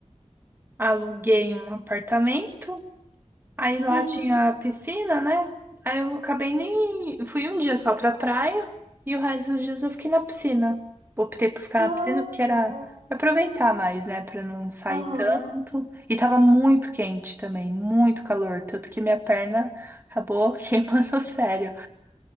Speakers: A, on the right; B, on the right.
A: Aluguei um apartamento. Aí lá
B: Uhum.
A: tinha piscina, né? Aí eu acabei nem. Fui um dia só pra praia e o resto dos dias eu fiquei na piscina. Optei por ficar
B: Ah,
A: na piscina porque era
B: tá.
A: aproveitar mais, né? Pra não sair
B: Aham,
A: tanto. E tava muito quente também, muito calor. Tanto que minha perna acabou <laughs> queimando sério.